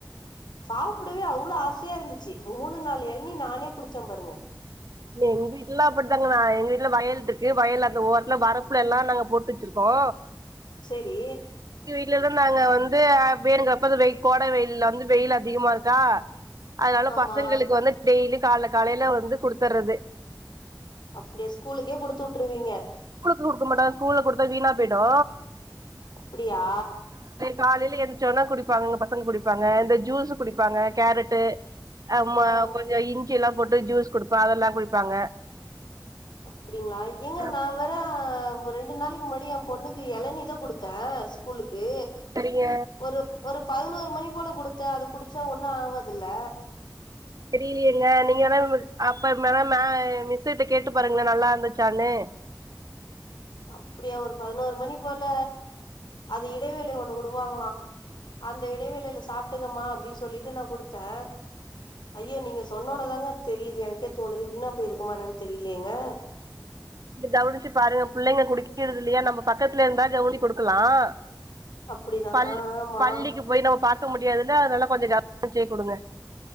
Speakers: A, on the left; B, on the right.
A: சாப்புடவே அவ்ளோ ஆசையாயிருந்துச்சு மூணு நாலு எளநீ நானே குடிச்சே பாருங்க
B: இல்ல எங்க வீட்லலா அப்டிதாங்க நா எங்க வீட்டுல வயல் இருக்கு வயல் அந்த ஓரத்துல வரப்புல எல்லா நாங்க போட்டு வச்சிருக்கோ
A: செரி
B: சிலது நாங்க வந்து வேணுங்கிறப்ப அந்த வெயில் கோடை வெயில்ல வந்து வெயில் அதிகமா இருக்கா அதனால
A: ஆமா
B: பசங்களுக்கு வந்து டெய்லி கால காலையில வந்து குடுத் தறது
A: அப்படியா ஸ்கூலுக்கே குடுத்துவுட்டுருவீங்க
B: ஸ்கூலுக்கு குடுக்க மாட்ட ஸ்கூல்ல குடுத்தா வீணா போய்டு
A: அப்படியா
B: காலையில எந்திச்சோன்னே குடிப்பாங்க பசங்களு குடிப்பாங்க இந்த ஜூஸு குடிப்பாங்க கேரட்டு ஆமா
A: ஆ
B: கொஞ்ச இஞ் சி எல்லா போட்டு ஜூஸ் குடுப்போ அதெல்லா குடிப்பாங்க
A: அப்படிங்களா ஏங்க
B: ஆ
A: நா வ ஆ ரெண்டு நாளைக்கு முன்னடி ஏ பொண்ணுக்கு எளநீ தா குடுத்த ஸ்கூலுக்கு
B: சரிங்க
A: ஒரு ஒரு பதினோரு மணி போல குடுத்தே அது குடிச்சா ஒன்னு ஆவதுல்ல
B: தெரியலயேங்க நீங்க <unintelligible> அப்ப மென மே மிஸூக்கிட்ட கேட்டு பாருங்களே நல்லா இருந்துச்சான்னு
A: அப்புடியா ஒரு பதினோரு மணி போல அது இடைவேளை ஒண்ணு உடுவாங்களா அந்த இடைவேளையில சாப்பிட்டுக்கமா அப்டின்னு சொல்லிட்டு நா குடுத்தே ஐயோ நீங்க சொன்னோனதாங்க தெரியுது எனக்கே தோணுது வீணா போயிருக்குமா என்னுன்னு தெரியலேங்க
B: கவனிச்சு பாருங்க பிள்ளைங்க குடிக்கிறது இல்லையா நம்ம பக்கத்துல இருந்தா கவுனி கொடுக்கலாம்
A: அப்டிதா
B: பள்
A: ஆ ஆமா
B: பள்ளிக்கு போய் நம்ம பாக்க முடியாதுல்ல நல்லா கொஞ்சோ கவனச்சய குடுங்க